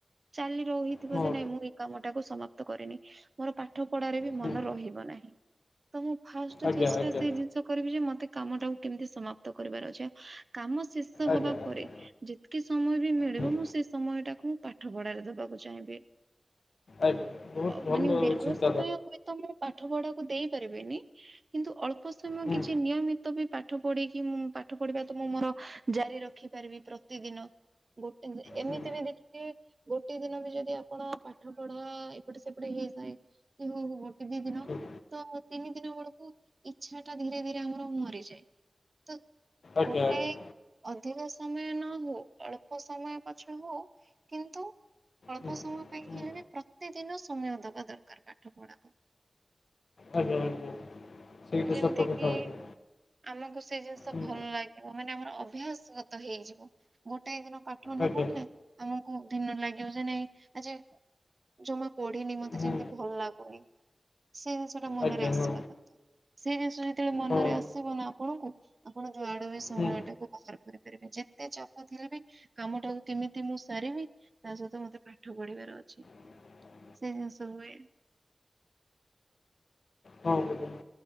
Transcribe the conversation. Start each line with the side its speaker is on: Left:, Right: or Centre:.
Right: କାଲି ରହିଥିବ
Left: ହଁ
Right: ଯେ ନାଇଁ ମୁଁ ଏଇ କାମଟାକୁ ସମାପ୍ତ କରିନି ମୋର ପା ପାଠ ପଢ଼ାରେ ବି
Left: ହୁଁ
Right: ମନ ରହିବ ନାହିଁ। ତ ମୁଁ ଫାଷ୍ଟ
Left: ଆଜ୍ଞା
Right: ଚେଷ୍ଟା
Left: ଆଜ୍ଞା
Right: ସେଇ ଜିନିଷ କରିବି ଯେ ମତେ କାମଟାକୁ କେମିତି ସମାପ୍ତ କରିବାର ଅଛି କାମ ଶେଷ
Left: ଆଜ୍ଞା
Right: ହବା
Left: ଆଜ୍ଞା
Right: ପରେ ଯେତିକି ସମୟ ବି ମିଳିବ
Left: ହୁଁ
Right: ମୁଁ ସେ ସମୟଟାକୁ ପାଠ ପଢାରେ ଦବାକୁ ଚାହିଁବି।
Left: ଆଜ୍ଞା ବହୁତ
Right: ଅ
Left: ଭଲ
Right: ମାନେ ଦୀର୍ଘ
Left: ହଉଛି।
Right: ସମୟ ହୁଏତ ମୁଁ ପାଠ ପଢାକୁ ଦେଇପାରିବିନି କିନ୍ତୁ ଅଳ୍ପ ସମୟ
Left: ହୁଁ
Right: କିଛି ନିୟମିତ ବି ପାଠ ପାଠ ପଢିକି ମୁଁ ପାଠ ପଢିବା ତ ମୁଁ ମୋର ଜାରି ରଖି ପାରିବି ପ୍ରତିଦିନ। ଗୋଟେ ଏମିତି
Left: ହୁଁ
Right: ବି ଦେଖିକି ଗୋଟେ ଦିନ ବି ଯଦି ଆପଣ ପାଠ ପଢା ଏପଟେ ସେପଟେ ହେସଏ <unintelligible> କି ହଉ ହଉ ଗୋଟେ ଦି ଦିନ
Left: ହୁଁ
Right: ତ ତିନି ଦିନ ବେଳକୁ ଇଚ୍ଛା ଟା ଧୀରେ ଧୀରେ ଆମର ମରିଯାଏ ତ
Left: ଆଜ୍ଞା
Right: ଗୋଟାଏ
Left: ଆଜ୍ଞା
Right: ଅଧିକ ସମୟ ନ ହଉ ଅଳ୍ପ ସମୟ ପଛ ହଉ କିନ୍ତୁ ଅଳ୍ପ
Left: ହୁଁ
Right: ସମୟ ପାଇଁ
Left: ହୁଁ
Right: ହେଲେଣି ପ୍ରତିଦିନ ସମୟ ଦେବା ଦରକାର ପାଠପଢାକୁ।
Left: ଆଜ୍ଞା ଆଜ୍ଞା ସେଇଟା
Right: ଯେମିତି
Left: ସତ କଥା
Right: କିି
Left: ଆଜ୍ଞା।
Right: ଆମକୁ ସେ ଜିନିଷ
Left: ହୁଁ
Right: ଭଲ ଲାଗିବ ମାନେ ଆମର ଅଭ୍ୟାସ ଗତ ହେଇଯିବ ଗୋଟାଏ ଦିନ ପାଠ ନ
Left: ଆଜ୍ଞା
Right: ପଢିଲେ ଆମକୁ ଦିନ ଲାଗିବ ଯେ ନାଇଁ ଆଜି ଜମା ପଢିନି ମତେ
Left: ହୁଁ
Right: ଯେମିତି ଭଲ ଲାଗୁନି ସେଇ ଜିନିଷଟା ମନରେ
Left: ଆଜ୍ଞା
Right: ଆସିବା
Left: ହଁ
Right: କଥା। ସେଇ ଜିନିଷ ଯେତେବେଳେ ମନରେ
Left: ହଁ
Right: ଆସିବ ନା ଆପଣଙ୍କୁ ଆପଣ ଯୁଆଡ ବି ସମୟ
Left: ହୁଁ
Right: ଟାକୁ ବାହାର କରିପାରିବେ ଯେ ଏତେ ଚାପ ଥିଲେ ବି କାମଟାକୁ କେମିତି ମୁଁ ସାରିବି ତା ସହିତ ମତେ ପାଠ ପଢିବାର ଅଛି।
Left: ହଁ <inaudible>
Right: ସେୟା ସବୁ ହୁଏ।
Left: ହଁ ମ୍ୟାଡ଼ାମ୍